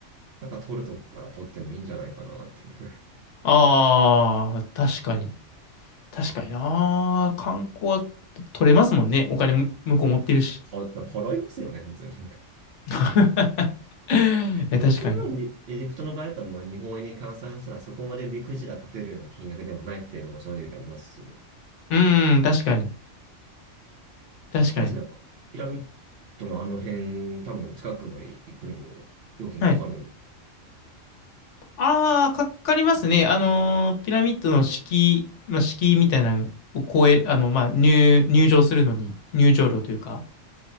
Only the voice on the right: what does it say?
なんか取るとこから取ってもいいんじゃないかなって。<laughs>
ほ払いますよね、普通に。
実際はにエジプトの場合だと、まあ、日本円に換算したらそこまで目くじら立てる金額でもないっていうのも正直ありますし、
まあでね、ピラミッドのあの辺、多分近くまで行くのも料金かかるので、